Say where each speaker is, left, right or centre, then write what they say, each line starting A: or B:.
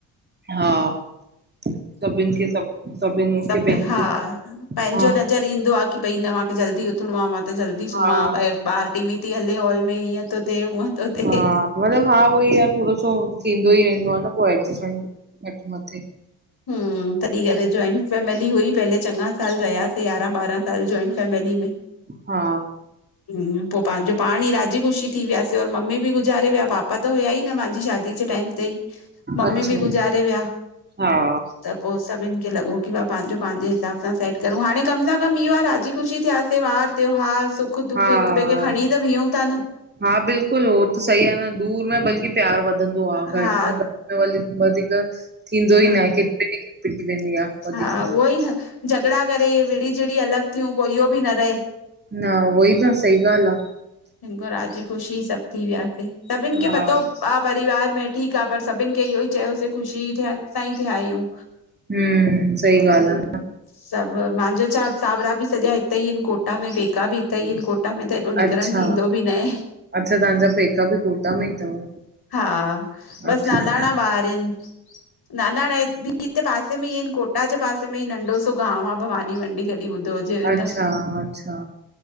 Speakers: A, on the right; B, on the left.
A: हा सभिनि
B: हूं
A: खे सभु सभिनि
B: सभ
A: खे पंहिंजो
B: हा पहिंजो
A: हा
B: नज़र ईंदो आहे की भई न मांखे जल्दी उथिणो आहे, मां त जल्दी सुम्हां
A: हा
B: ॿाहिरि ॿाहिर टी वी थी हले हॉल में ईअं तो थे हुंअ तो थे।
A: हा मतिलबु हा उहोई आहे, थोड़ो सो थींदो ई रहंदो आहे न पो एडजस्टमेंट हेठ मथे।
B: हूं, तॾीं करे जॉइंट फैमिली हुई पेले चङा साल रहियासीं यारहां ॿारहां साल जोइंट फैमिली में।
A: हा।
B: हूं पो पांहिंजो पाण ई राजी ख़ुशी थी वियासे और मम्मी बि गुज़ारे विया, पापा त हुया ई न मांजी शादी दी जे टाइम ते ई मम्मी
A: अच्छा
B: बि गुज़ारे विया,
A: हा
B: त पो, सभिनि खे लॻो की पंहिंजो पंहिंजे हिसाब सां सेट करूं, हाणे कम सां कमु इहो आहे राजी ख़ुशी थियासी वार, त्योहार, सुख सुख-दुख
A: हा
B: हिकु ॿेए खे खणी त बीऊूं था न।
A: हा बिल्कुलु उहो त सही आहे न, दूर में बल्कि प्यारु वधंदो आहे
B: हा
A: घट में घट वधीक त थींदो
B: हम्म
A: ई न आहे, केतरी खिटपिट थी वेंदी आ। वधीक
B: हा उहोई न, झगड़ा करे, विढ़ी-झीढ़ी, अलॻि थियूं पो इहो बि न रहे।
A: न उहोई त सही ॻाल्हि आ।
B: हिनिखो राज़ी ख़ुशी सभु थी वियासीं, सभिनि
A: आ
B: खे पतो
A: हा
B: परिवार में ठीकु आहे, पर सभिनि खे इहोई चयोसि ख़ुशी सा ई थिया आहियूं।
A: हम्म सही
B: हा हं
A: ॻाल्हि आ न
B: सभु, मांजो छा सावरा बि सॼा हिते ई आहिनि कोटा में पैका बि हिते ई आहिनि कोटा में त हेॾो
A: अच्छा,
B: निकिरणु थींदो बि न आहे
A: अच्छा तव्हांजा पैका बि कोटा में ई तव।
B: हा बस
A: अच्छा
B: नानाणा ॿार आहिनि नानाणा इ बि हिते पासे में ई आहिनि कोटा जे पासे में ई नंढो सो गांव आ भवानी मंडी कॾहिं ॿुधो हुजेव
A: अच्छा
B: त,
A: अच्छा